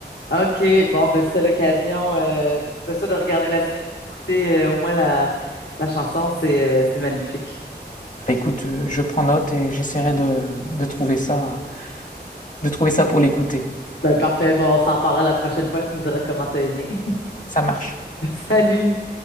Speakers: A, on the left; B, on the left.
A: OK. Bon, ben, c'était l'occasion, euh, ben, ça, de regarder la série ou d'écouter euh, au moins la, la chanson. C'est, euh, c'est magnifique.
B: Bah, écoute, euh, je prends note et j'essaierai de, de trouver ça, de trouver ça pour l'écouter.
A: Ben parfait, bon, on s'en reparlera la prochaine fois, tu me diras comment t'as aimé.
B: Ça marche.
A: <laughs> Salut!